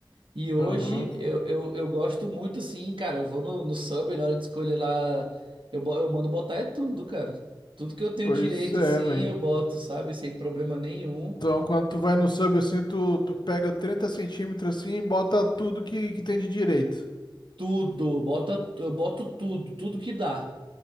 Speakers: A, on the right (about 80°); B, on the left (about 60°).
A: E hoje
B: Aham.
A: eu, eu, eu gosto muito, assim, cara. Eu vou no, no Subway, na hora de escolher lá, eu, bo- eu mando botar é tudo, cara. Tudo que eu tenho
B: Pois
A: direito,
B: é,
A: assim,
B: velho.
A: eu boto, sabe? Sem problema nenhum.
B: Então, quando tu vai no sub assim, tu, tu pega 30 centímetros assim e bota tudo que, que tem de direito.
A: Tudo, bota, eu boto tudo, tudo que dá.